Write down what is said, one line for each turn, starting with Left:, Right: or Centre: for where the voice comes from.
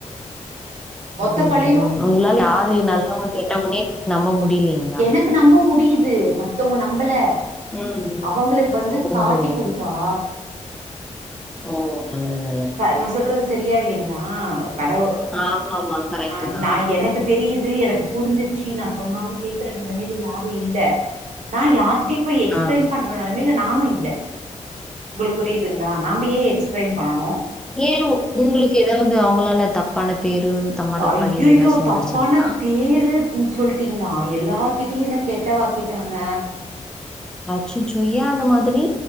Right: மொத்த
Centre: ம்
Right: பழியும்
Centre: ம் ஒங்களால யாரு நல்லவங்க கெட்டவங்னே நம்ப முடியலீங்
Right: எனக்கு நம்ப முடியிது மத்தவங்க நம்பல
Centre: ம், ம்.
Right: அவங்களுக்கு வந்து காட்டி
Centre: ஓஹோ!
Right: குடு பா
Centre: ஓ நல்லது நல்
Right: த நா சொல்றது செரியா இல்லிங்ளா கடவு
Centre: ஆமாமா. கரெக்ட்டு
Right: அ
Centre: தான்.
Right: நா எனக்கு தெரியுது எனக் புரிஞ்சிர்ச்சு நா சொன்னாலு கேக்குற நெலைமல யாரு இல்ல நா யார்ட்டிவ் போய் எக்ஸ்ப்ளைன்
Centre: ஆ.
Right: பண்ற நலமைல நானு இல்ல உங்களுக் புரியுதுங்ளா நாம்பயே எக்ஸ்ப்ளைன் பண்ணனு
Centre: ஏ உங்குளுக்கு எதாவ்து அவுங்களால தப்பான பேரு தப்பான
Right: ஐயுய்யு
Centre: பழி ஏதாச்சும் வந்துருச்சுங்களா?
Right: தப்பான பேரு சொல்ட்டிங்ளா எல்லார்கிட்டியு என்ன கெட்ட வாக்கிட்டாங்க
Centre: அச்சுச்சோ ஏ அந்த மாதுரி